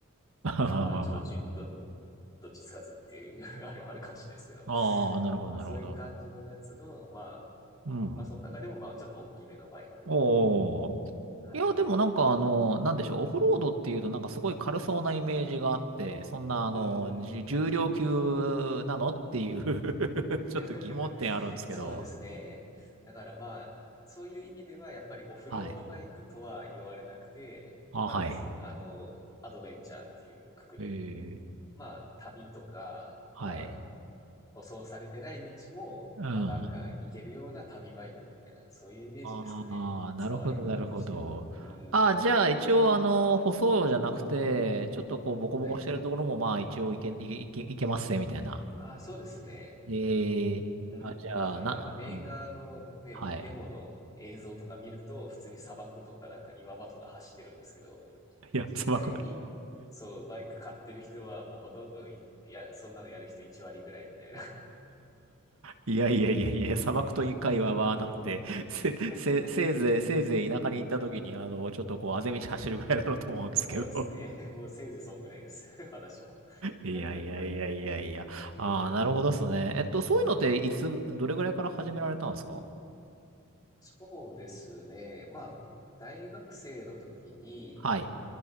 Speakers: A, on the right; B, on the left.
A: <laughs>
B: か、まあ、ちょっとじゅど、
A: あ
B: どっちつかずっていう <laughs> あれもあるかもしれないですけど、
A: あ、なるほど、
B: まあそういう感じのやつの、
A: なるほど。
B: まあ
A: うん。
B: まあ、その中でも、まあ、ちょっと大きめのバイクっていう。
A: おー。
B: はい。
A: いや、でもなんかあの、なんでしょう、オフロードっていうとなんかすごい軽そうなイメージがあって、そんなあの、
B: うん。
A: じゅ重量級なのっていう <laughs> ちょっと疑問点あるんですけど。
B: <laughs> そうですね。だからまあ、そういう意味では、やっぱりオフロードバイクとは言われなくて、
A: はい。あ、
B: まあ、
A: はい。
B: あの、アドベンチャーっていうくくり。
A: ええ。
B: まあ、旅とか、
A: はい。
B: まあ、舗装されてない道も、
A: うん。
B: まあ、ガンガン行けるような旅バイクみたいな、
A: あ
B: そういうイメージですかね。
A: あ、なるほど、
B: 使われ方としては。
A: なるほど。
B: うん。
A: ああ、じゃあ一応あの、舗装じゃなくて、ちょっとこう、ボコボコしてるところもまあ一応いけ、
B: はい。
A: いけ、いけ、いけますね、みたいな。
B: ああ、そうですね。
A: ええ。
B: うん。
A: あ、じゃあ、
B: だからなんかメーカーのね、
A: な、うん。はい。
B: デモの映像とか見ると、普通に砂漠とかなんか岩場とか走ってるんですけど、
A: いや砂漠
B: 実際に、そう、バイク買ってる人はもうほとんどい、いや、そんなのやる人1割ぐらいみたいな。
A: いやいやいやいや砂漠という会話はなくてせいせいせいぜいせいぜい田舎に行った時にあのちょっとこうアぜ道走るぐらいなのと思うんですけど
B: <laughs> そうですね。<laughs> もうせいぜいそんぐらいです。<laughs> 私も。
A: いやいやいやいやいやああなるほどですねえっとそういうのでいつどれぐらいから始められたんですか
B: <laughs> うん。そうですね。まあ、大学生の時に、
A: はい